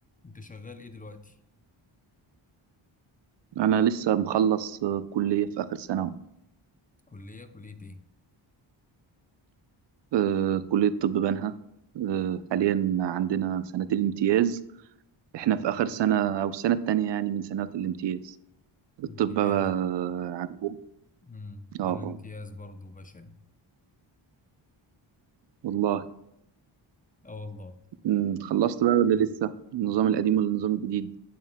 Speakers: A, on the left; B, on the right.
A: انت شغال ايه دلوقتي
B: أنا لسه مخلص آه، كلية في آخر سنة أهو.
A: كلية كلية ايه
B: آه، كلية طب بنها آه، حاليا عندنا سنة الامتياز إحنا في آخر سنة أو السنة التانية يعني من سنوات الامتياز الطب
A: امتياز
B: بقى عندهم
A: امم
B: آه
A: انا امتياز
B: آه
A: برضو بشري
B: والله
A: اه والله
B: أمم، خلصت بقى ولا لسه النظام القديم ولا النظام الجديد